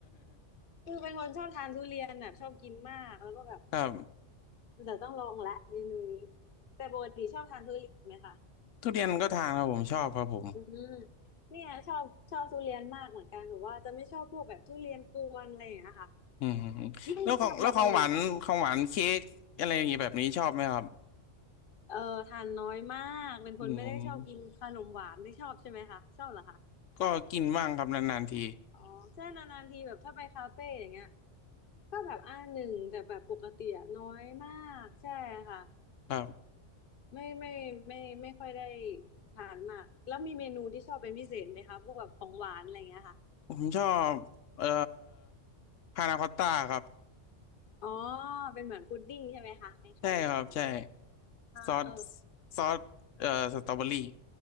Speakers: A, on the left (about 50°); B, on the left (about 85°).
A: <laughs> คือเป็นคนชอบทานทุเรียนแบบชอบกินมากแล้วก็แบบ
B: <laughs> ครับ
A: เดี๋ยวต้องลองละเมนูนี้แต่ปกติชอบทานทุเรียนไหมคะ
B: ทุเรียนก็ทานครับผมชอบครับผม
A: อืมเนี่ยชอบชอบทุเรียนมากเหมือนกันหรือว่าจะไม่ชอบพวกแบบทุเรียนกวนอะไรอย่างเงี้ยค่ะ
B: อืมอืมอืมแล้วของแล้วของหวานของหวานเค้กอะไรอย่างเงี้ยแบบนี้ชอบไหมครับ
A: ไม่รู้ทำไมเหมือนกันเออทานน้อยมากเป็นคนไม่ได้ชอบกินขนมหวานไม่ชอบใช่ไหมคะชอบเหรอคะ
B: อืมก็กินบ้างครับนานๆที
A: อ๋อเช่นนานๆทีแบบถ้าไปคาเฟ่อย่างเงี้ยก็แบบอ่าหนึ่งแต่แบบปกติอะน้อยมากใช่ค่ะ
B: ครับ
A: ไม่ไม่ไม่ไม่ค่อยได้ทานมากแล้วมีเมนูที่ชอบเป็นพิเศษไหมคะพวกแบบของหวานอะไรอย่างเงี้ยค่ะ
B: ผมชอบเอ่อพานาคอตต้าครับ
A: อ๋อเป็นเหมือนพุดดิ้งใช่ไหมคะคล้ายๆประมาณนั้น
B: ใช่ครับใช่
A: อ่าเออ
B: ซอสซอสเอ่อสตรอเบอรี่